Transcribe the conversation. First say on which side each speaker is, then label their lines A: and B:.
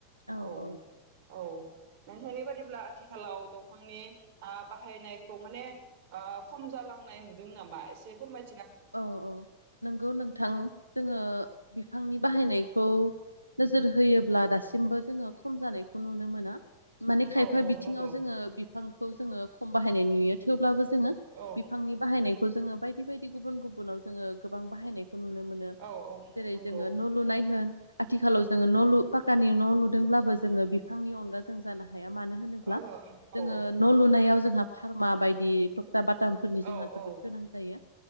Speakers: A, on the right; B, on the right.
A: औ-औ।
B: औ औ नोंथांनि बादिब्ला आथिखाल लाव दंफांनि ओ बाहायनायखौ माने ओ खम जालांनाय नुदों नामा एसे फोरमाय
A: औ-औ नोंगौ नोंथां जोङो बिफांनि बाहायनायखौ नोजोर होयोब्ला दासिमबो जोङो खम जानायखौ नुनो मोना माने खायफा
B: औ औ
A: बिथिङाव
B: नंगौ
A: जोङो बिफां खौ जोङो खम बाहायनाय नुयो थेवब्लाबो जो जोङो
B: औ
A: बिफांनि बाहायनाय खौ जोङो बायदि बायदि गुबुन गुबुनाव जोङो गोबां बाहायनाय खौ नुनो मोनो।
B: औ औ
A: जेरै
B: नंगौ
A: जोङो न' लुनाय होन आथिखालाव जोङो न' लु पाकानि न' लुदोंब्लाबो जोङो बिफांनि अनगा जों जानो हा हाया मानो होनोब्ला
B: ओहो
A: जोङो
B: औ
A: न' लुनायाव जोंहा फारमा बायदि टक्था बाटामफोरनि जोंहा
B: औ
A: जोबोद
B: औ
A: गोनां जायो।